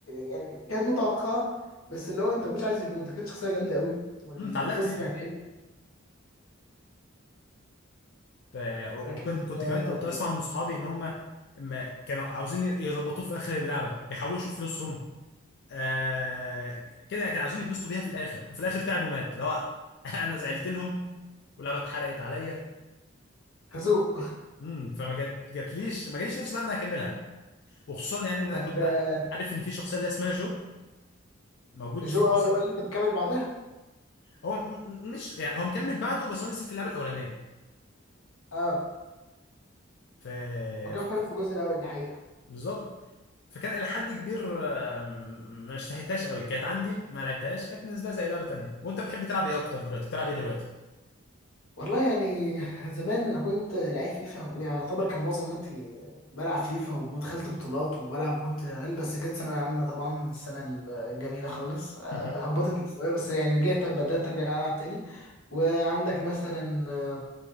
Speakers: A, on the left; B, on the left.
A: يعني كانت متوقعة بس اللي هو أنت مش عايز يموت كانت شخصية جامدة أوي والقصة
B: امم اتعلقت بيه
A: كانت حلوة
B: ف... وكنت
A: لكن
B: كنت
A: آه،
B: كمان كنت اسمع من صحابي ان هم ما كانوا عاوزين يظبطوه في اخر اللعبه بيحوشوا فلوسهم آه... كده كانوا عاوزين يتبسطوا بيها في الاخر وفي الاخر تعبوا مات اللي هو <laughs> انا زعلت لهم واللعبه اتحرقت عليا
A: خازوق
B: امم فما جات جاتليش ما جاليش نفسي بقى ان انا اكملها وخصوصا يعني ان انا
A: <laughs>
B: كنت
A: ده
B: عارف ان في شخصيه اللي اسمها جو موجود
A: جو
B: في الجزء
A: آه، اللي هو اللي أنت بتكمل بعدها
B: هو م- م- مش يعني هو مكمل بعده بس هو نزل في اللعبه الاولانيه
A: آه.
B: ف...
A: وكان
B: ف...
A: فعلا في الجزء الاول دي حقيقه
B: بالظبط فكان إلى حد كبير آه، م- ما اشتهيتهاش قوي كانت عندي ما لعبتهاش كانت بالنسبة لي زي لعبة تانية وأنت بتحب تلعب إيه أكتر دلوقتي بتلعب إيه دلوقتي
A: والله يعني <laughs> زمان انا كنت لعيب فيفا ويعتبر كان معظم وقتي بلعب فيفا ودخلت بطولات وبلعب وكنت عيل بس جت ثانوية عامة طبعا السنة الجميلة خالص أه،
B: <laughs>
A: هبطت مستواي بس يعني رجعت بدأت ارجع العب تاني وعندك مثلا أه،